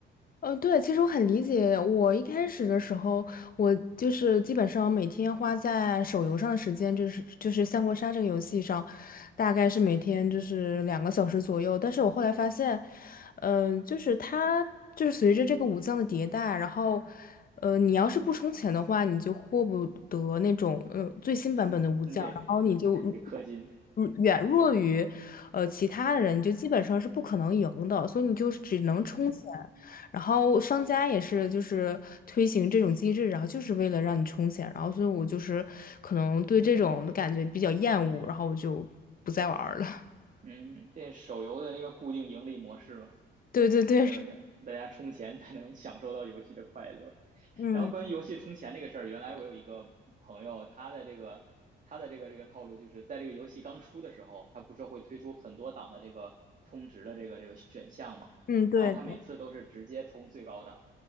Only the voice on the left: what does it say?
呃，对，其实我很理解。我一开始的时候，我就是基本上每天花在手游上的时间，就是就是三国杀这个游戏上，大概是每天就是两个小时左右。但是我后来发现，嗯、就是它就是随着这个武将的迭代，然后，呃，你要是不充钱的话，你就获不得那种呃最新版本的武将，
然后你就
如远弱于，呃，其他人，你就基本上是不可能赢的，所以你就是只能充钱。
然后商家也是就是推行这种机制，然后就是为了让你充钱，然后所以我就是可能对这种的感觉比较厌恶，然后我就不再玩儿了。<laughs>
对对对，
嗯
嗯，对的